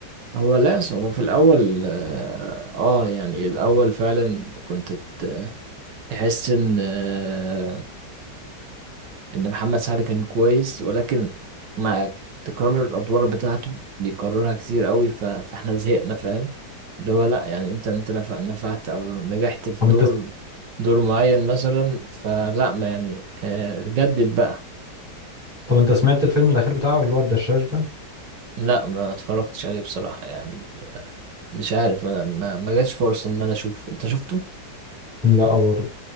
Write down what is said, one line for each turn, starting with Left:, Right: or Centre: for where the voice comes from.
Right: هو لاس هو في الأول آه آه، يعني الأول فعلا كنت ت- تحس إن آه إن محمد سعد كان كويس ولكن مع تكرار الأدوار بتاعته بيكررها كتير قوي ف- فإحنا زهقنا فاهم اللي هو لأ يعني أنت أنت نف- نفعت أو نجحت في
Centre: طب
Right: دور
Centre: انت
Right: دور معين مثلا فلأ ما يعني آه جدد بقى
Centre: طب انت سمعت الفيلم الأخير بتاعه اللي هو الدشاش ده؟
Right: لأ ما اتفرجتش عليه بصراحة يعني مش عارف أنا ما ما جاش فرصة إن أنا أشوفه أنت شفته؟
Centre: لا برضه